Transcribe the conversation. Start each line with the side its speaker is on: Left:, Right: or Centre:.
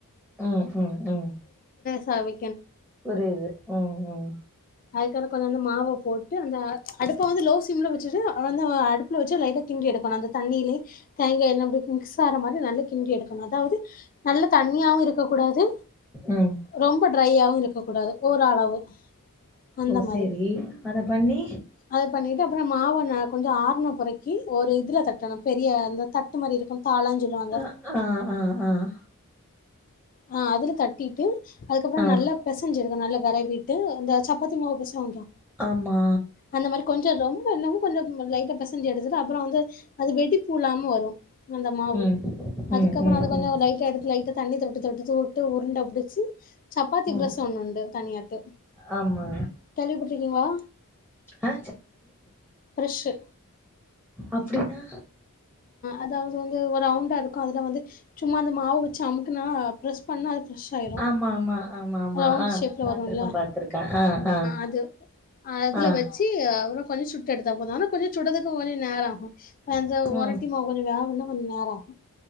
Centre: உம் உம் உம்
Left: சவி
Centre: புரியுது உம் உம்
Left: அதுக்கப்றம் கொஞ்சம் அந்த மாவ போட்டு அந்த அடுப்ப வந்து லோ ஸீம்ல வச்சுட்டு வ அடுப்புல வச்சு லைட்டா கிண்ட்றி எடுக்கணும் அந்த தண்ணியில தேங்காய் என்ன மிக்ஸ் ஆற மாதிரி நல்லா கிண்டறி எடுக்கணும் அதாவது நல்லா தண்ணியாவும் இரு கூடாது
Centre: ம்
Left: ரொம்ப ட்ரையாவும் இருக்ககூடாது ஓரளவும் அந்த
Centre: ஓ
Left: மாதிரி
Centre: சேரி அத பண்ணி
Left: அத பண்ணிட்டு அப்புறம் மாவு ந கொஞ்ச ஆ றைக்கு ஒரு இதுல தட்டணம் பெரிய அந்த தட்டு மாரி இருக்கும் தாளான்னு சொல்லுவாங்க
Centre: அஹ் ஆஹ் ஆஹ் ஆஹ்
Left: ஆஹ் அதுல தட்டிட்டு அதுக்கப்புறம்
Centre: ஆ
Left: நல்லா பெசஞ்சிருக்கு அதனல்லா வற இந்த சப்பாத்தி மாவு பெசவாங்ள
Centre: ஆமா
Left: அந்த மாதிரி கொஞ்சம் கொஞ்சம் கொஞ்சம் லைட்டா பெச செஞ்சு எடுத்துட்டு அப்புறம் வந்து அது வெடிப்புலாம வரும் அந்த மாவு
Centre: ம்
Left: அதுக்கப்றம்
Centre: ம் ம்
Left: அத கொஞ்ச
Centre: ம்
Left: லைட்டா எடுத்து லைட்டா தண்ணி தொடுத்து விட்டு உருண்ட புடிச்சு சப்பாத்தி ப்ரஸ்
Centre: ம்
Left: ஒண்ணுண்டு தனியாட்டு
Centre: ஆமா
Left: கேள்விப்பட்டிருக்கீங்களா
Centre: ஆ
Left: ப்ரஸ்ஸு
Centre: அப்படின்னா
Left: அதாவது வந்து ஒரு அவுண்டா இருக்கும் அதுல வந்து சும்மா அந்த மாவு வச்சு அமுக்குனா ப்ரெஸ் பண்ணா பிரஸ் ஆயிரும்
Centre: ஆமா ஆமா ஆமா ஆமா
Left: ரவுண்டு
Centre: ஆ
Left: ஷேப்ல
Centre: பாத்துருக்கே
Left: வரும்ல
Centre: பாத்துருக்கே ஆ ஆ
Left: அது அதுல
Centre: ஆ
Left: வெச்சு எடுத்தா போது ஆனா கொஞ்சம் சுறதுக்கு கொஞ்ச நேரம் ஆகும் அந்த
Centre: ம்
Left: ஒரு திமா கொஞ்ச வேலன்ன பண்ண நேராகு